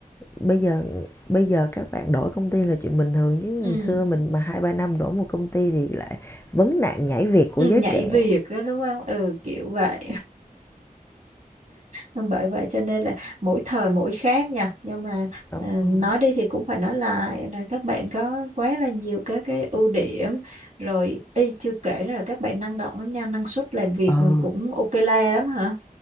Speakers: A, on the left; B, on the right.
A: bây giờ bây giờ các bạn đổi công ty là chuyện bình thường chứ
B: Ừ.
A: ngày xưa mình mà 2 3 năm đổi một công ty thì lại vấn nạn nhảy việc của
B: Ừ,
A: giới
B: nhảy
A: trẻ.
B: việc đó đúng không? Ừ kiểu vậy. Vâng, bởi vậy cho nên là mỗi thời mỗi khác nha nhưng mà
A: Đúng
B: ờ,
A: rồi.
B: nói đi thì cũng phải nói lại là các bạn có quá là nhiều các cái ưu điểm rồi y chưa kể nữa là các bạn năng động lắm nha năng suất làm việc
A: Ừ.
B: cũng ok la lắm hả